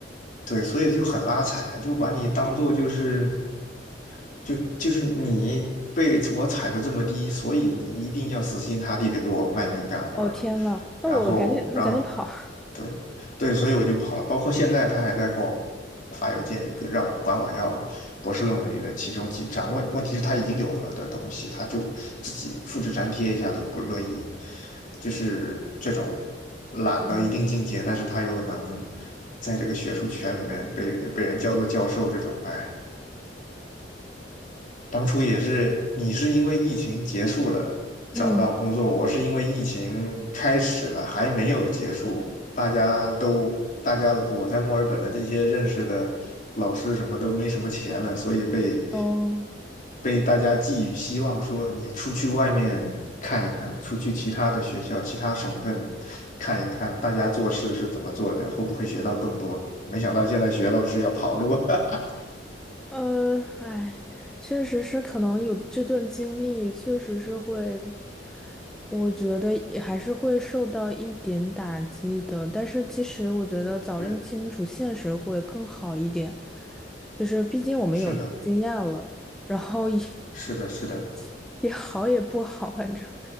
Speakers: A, on the left; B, in the centre.
A: 对，所以就很拉踩啊，就把你当做就是。就就是你被我踩的这么低，所以你一定要死心塌地的给我卖命干活儿，
B: 哦天呐，那我赶紧，
A: 然后，
B: 那赶紧跑。
A: 然后，对，对，所以我就跑了。包括现在他还在给我发邮件，给让我管我要博士论文里的其中几章。问问题是他已经有了的东西，他就自己复制粘贴一下都不乐意，就是这种懒到一定境界，
B: 嗯，
A: 但是他又能在这个学术圈里面被被人叫做教授，这种，哎。当初也是，你是因为疫情结束了找到工作，
B: 嗯，
A: 我是因为疫情开始了还没有结束。大家都，大家我在墨尔本的这些认识的老师什么都没什么钱了，所以被
B: 哦。
A: 被大家寄予希望，说你出去外面看一看，出去其他的学校、其他省份看一看，大家做事是怎么做的，会不会学到更多？没想到现在学到的是要跑路。<laughs>
B: 呃，哎，确实是，可能有这段经历，确实是会，我觉得也还是会受到一点打击的。但是其实我觉得早认清楚现实会更好一点，
A: 对，
B: 就是毕竟我们有这个经验了，
A: 是的，
B: 然后也
A: 是的，是的。
B: <laughs> 也好也不好，反正，